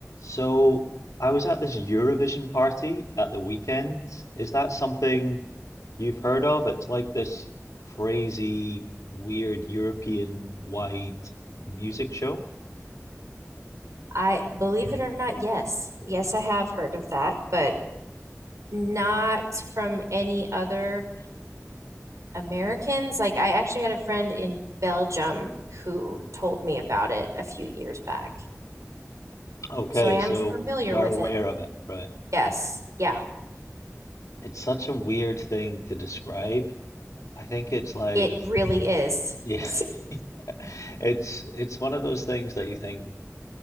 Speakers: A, on the left (about 90°); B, on the right (about 70°).
A: So I was at this Eurovision party at the weekend. Is that something you've heard of? It's like this crazy, weird European-wide music show.
B: I believe it or not, yes. Yes, I have heard of that, but not from any other Americans. Like, I actually had a friend in Belgium who told me about it a few years back.
A: Okay,
B: So I am
A: so
B: familiar
A: you're
B: with
A: aware
B: it.
A: of it, right?
B: Yes. Yeah.
A: It's such a weird thing to describe. I think it's like,
B: It really is.
A: yeah,
B: <laughs>
A: <laughs> it's it's one of those things that you think